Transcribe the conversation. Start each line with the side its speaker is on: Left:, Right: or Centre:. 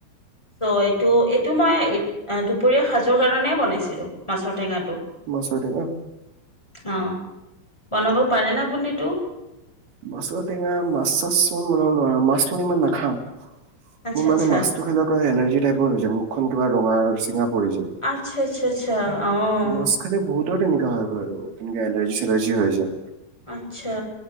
Centre: চ' এইটো এইটো মই দুপৰীয়া সাজৰ কাৰণে বনাইছিলোঁ মাছৰ টেঙাটো।
Right: মাছৰ টেঙা।
Centre: অ' বনাব পাৰেনে আপুনিতো।
Right: মাছৰ টেঙা মাছ চাচ মই বনাব নোৱাৰোঁ মাছ মানে ইমান নাখাওঁ, মোৰ
Centre: আচ্ছা
Right: মানে
Centre: আচ্ছা
Right: মাছ <unintelligible> এলাৰৰ্জি টাইপৰ হয় যায় মুখখন কিবা ৰঙা চিঙা পৰি যায়।
Centre: <unintelligible> অ'।
Right: মাছ খালে বহুতৰ তেনেকা হয় বাৰু তেনেকে এলাৰ্জি চেলাৰ্জি হৈ যায়।
Centre: আচ্ছা